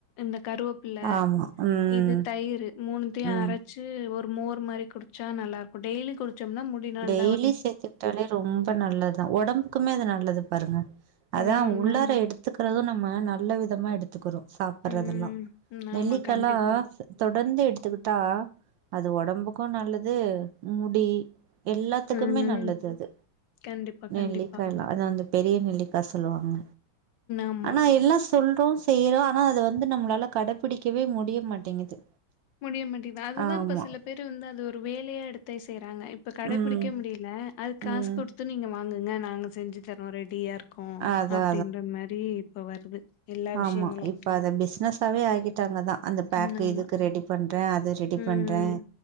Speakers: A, on the left (about 65°); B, on the right (about 75°).
A: இந்த கருவோப்பிள்ள
B: ஆமா ம்
A: இது தயிரு மூனுத்தையு
B: ம்
A: அர ச்சு ஒரு மோரு மாரி குடிச்சா நல்லா இருக்கு டெய்லி குடிச்சோம்னா முடி நல்
B: டெய்லி சேத்துக்ட்டாலே ரொம்ப நல்லதுதா ஒடம்புக்குமே அது நல்லது பாருங்க அதா
A: ம்
B: உள்ளார
A: ஆமா
B: எடுத் துக்கறது நம்ம நல்ல விதமா எடுத்துக்கிறோ சாப்பற்றது
A: ம்
B: எல்லா நெல்லிக்கால்லா
A: ஆமா கண்டிப்பா
B: தொடர்ந்து எடுத்துக்கிட்டா அது ஒடம்புக்கு நல்லது முடி எல்லாத்துக்குமே
A: ம்
B: நல்லது அது
A: கண்டிப்பா
B: நெல்லிக்கா
A: கண்டிப்பா
B: எல்லா அது அந்து பெரியநெல்லிக்கா சொல்லுவாங்க
A: ஆமா
B: ஆனா எல்லா ஸ் சொல்றோ செய்றோ ஆனா அதுவந்து நம்ளால கடபிடிக்கவே முடிய மாட்டேங்குது
A: முடிய மாட்டிது அதுதா
B: ஆமா
A: இப்ப சில பேரு வந்து அது ஒரு வேலையா எடுத்தெ செய்றாங்க இப்ப கடைபிடிக்க
B: ம்
A: முடியி ல அது காசு
B: ம்
A: குடுத்து நீங்க வாங்குங்க நாங்க செஞ்சு தரோ ரெடியா இர் கூ
B: அதா
A: அப்டின்ற மாரி இப்ப வருது எல்லா
B: ஆம்மா
A: விஷயங்களும்.
B: இப்ப அத பிஸனஸ்ஸாவே ஆகிட்டாங்கதா அந்த பேக்கு
A: ம் ஆமா.
B: இதுக்கு ரெடி பண்ற அது ரெடி
A: ம்.
B: பண்ற